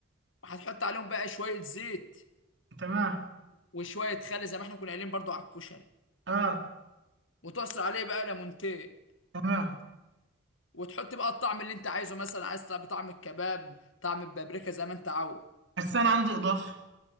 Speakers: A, on the left; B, on the right.
A: وهتحط عليهم بقى شويه زيت
B: تمام
A: وشويه خل زي ما احنا كنا قايلين برضو على الكشري
B: اه
A: وتعصر عليه بقى ليمونتين
B: تمام
A: وتحط بقى الطعم اللي انت عايزه مثلا عايز طعم طعم الكباب طعم البابريكا زي ما انت عاوز
B: بس انا عندي اضافه